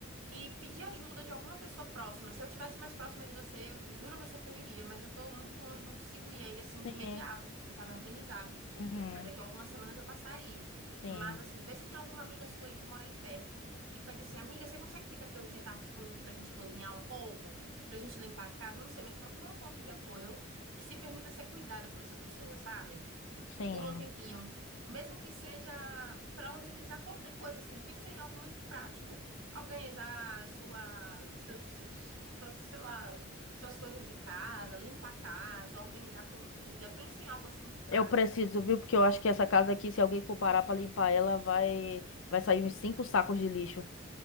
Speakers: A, on the right (about 85°); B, on the left (about 70°).
A: e pedir ajuda de alguma pessoa próxima. Se eu tivesse mais próxima de você, eu juro a você que eu iria, mas eu tô muito longe, não consigo ir aí assim de
B: Sim.
A: imediato, posso tentar me organizar.
B: Uhum.
A: Daqui a algumas semanas eu passar aí.
B: Sim.
A: Mas, assim, vê se tem alguma amiga sua aí que mora aí perto e pede assim: amiga, você consegue ficar aqui hoje de tarde comigo pra gente cozinhar um pouco? Pra gente limpar a casa? Não sei, mas procura um ponto de apoio e se permita ser cuidada por essa pessoa, sabe?
B: Sim.
A: Por um tempinho. Mesmo que seja para organizar qualquer coisa, assim, pensa em algo muito prático. Organizar sua, seus, seus, seus, sei lá, suas coisas de casa, limpar a casa, organizar comida. Pensa em algo assim muito
B: Eu
A: prático
B: preciso, viu? Porque eu acho que essa casa aqui, se alguém for parar pra limpar ela, vai vai sair uns cinco sacos de lixo.